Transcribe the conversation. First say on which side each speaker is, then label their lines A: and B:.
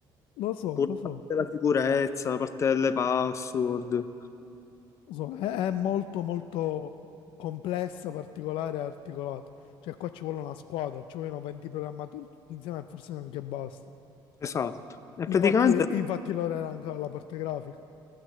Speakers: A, on the left (about 85°); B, on the left (about 35°).
A: lo so,
B: pure
A: lo so,
B: la parte della sicurezza, la parte delle password.
A: lo so, è, è molto molto complessa, particolare e articolata. Cioè, qua ci vuole una squadra, ci vogliono 20 programmatori tutti insieme e forse neanche basta.
B: Esatto. E
A: Infatti,
B: praticamente
A: infatti l'ora era ancora la parte grafica,